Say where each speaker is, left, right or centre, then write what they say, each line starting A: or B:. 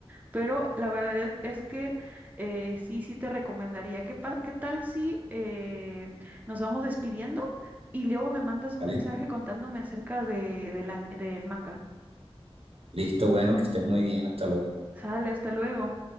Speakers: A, on the right; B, on the right.
A: Pero la verdad es que eh, sí, sí te recomendaría. ¿Qué, pa- qué tal si eh, nos vamos despidiendo y luego me mandas un
B: Vale,
A: mensaje contándome acerca de, de la- del manga?
B: listo, bueno, que estés muy bien, hasta luego.
A: Sale, hasta luego.